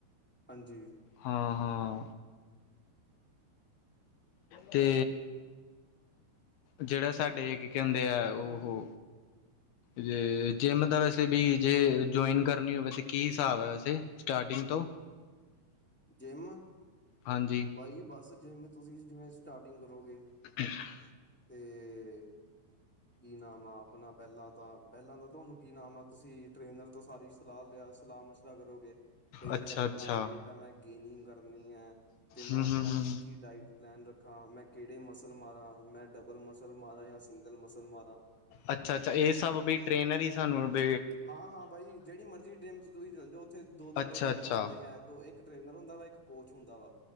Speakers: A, in the centre; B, on the left.
A: ਹਾਂਜੀ।
B: ਹਾਂ-ਹਾਂ ਤੇ ਜੇੜਾ ਸਾਡੇ ਕੀ ਕੈਂਦੇ ਆ ਓਹੋ ਜੇ ਜੇਮ ਦਾ ਵੈਸੇ ਵੀ ਜੇ ਜੁਆਈਨ ਕਰਨੀ ਹੋਵੇ ਤੇ ਕੀ ਸਾਬ ਆ ਵੈਸੇ? ਸਟਾਟੀਗ ਤੋਂ?
A: ਜਿੰਮ,
B: ਹਾਂਜੀ
A: ਬਾਈ ਬਸ ਜਿੰਮ ਤੁਸੀਂ ਜਿਵੇਂ ਸਟਾਰਟਿੰਗ ਕਰੋਗੇ
B: ਅੱ <unintelligible>
A: ਤੇ, ਕੀ ਨਾਮ ਆਂ? ਆਪਣਾ ਪਹਿਲਾਂ ਤਾਂ, ਪਹਿਲਾਂ ਤਾਂ ਤੁਹਾਨੂੰ ਕੀ ਨਾਮ ਆ ਤੁਸੀਂ ਟ੍ਰੇਨਰ ਤੋਂ ਸਾਰੀ ਸਲਾਹ ਲਿਆ ਸਲਾਹ ਮਸ਼ਰਾ ਕਰੋਗੇ। ਬਈ ਮੇਰਾ
B: ਅੱਛਾ
A: ਇੰਨਾ
B: ਅੱਛਾ
A: ਵੇਟ ਆ, ਮੈਂ ਗੇਨਿੰਗ ਕਰਨੀ ਹੈ, ਤੇ ਮੈਂ
B: ਹੂੰ
A: ਆਪਣਾ
B: ਹੂੰ ਹੂੰ
A: ਕੀ ਕੀ ਡਾਇਟ ਪਲੈਨ ਰੱਖਾਂ, ਮੈਂ ਕਿਹੜੇ ਮਸਲ ਮਾਰਾ, ਮੈਂ ਡਬਲ ਮਸਲ ਮਾਰਾ ਜਾਂ ਸਿੰਗਲ ਮਸਲ ਮਾਰਾ?
B: ਅੱਛਾ ਅੱਛਾ, ਇਹ ਸਭ ਬਈ ਟ੍ਰੇਨਰ ਹੀ ਸਾਨੂੰ ਬ
A: ਹਾਂ ਹਾਂ ਬਾਈ, ਜਿਹੜੀ ਮਰਜ਼ੀ ਜਿਮ 'ਚ ਤੁਸੀਂ ਚੱਲ ਜਾਓ ਉੱਥੇ ਦੋ ਦੋ
B: ਅੱਛਾ
A: ਟ੍ਰਰੇਨਰ
B: ਅੱਛਾ
A: ਤਾਂ ਹੁੰਦੇ ਹੀ ਹੈ, ਇੱਕ ਟ੍ਰੇਨਰ ਹੁੰਦਾ ਵਾ ਇੱਕ ਕੋਚ ਹੁੰਦਾ ਵਾ।